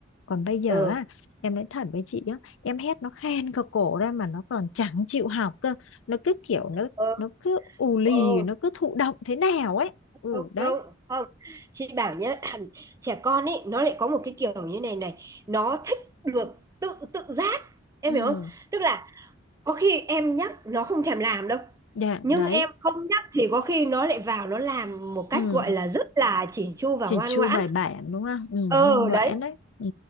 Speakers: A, on the left; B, on the right.
A: còn bây giờ
B: ừ
A: á em nói thật với chị á em hét nó khen cả cổ ra mà nó còn chẳng chịu học cơ nó cứ kiểu nó
B: ừ
A: nó cứ ù lì
B: ừ
A: nó cứ thụ động thế nào ấy ừ
B: đúng
A: đấy
B: đúng không chị bảo nhá <clears throat> trẻ con ấy nó lại có một cái kiểu như này này nó thích được tự tự giác em
A: ừ
B: hiểu không tức là có khi em nhắc nó không thèm làm đâu
A: dạ
B: nhưng
A: đấy
B: em không nhắc thì có khi nó lại vào nó làm một cách
A: ừ
B: gọi là rất là chỉn chu và
A: chỉnh
B: ngoan
A: chu
B: ngoãn
A: bài bản đúng không ừ
B: ờ
A: ngoan ngoãn
B: đấy
A: đấy ừ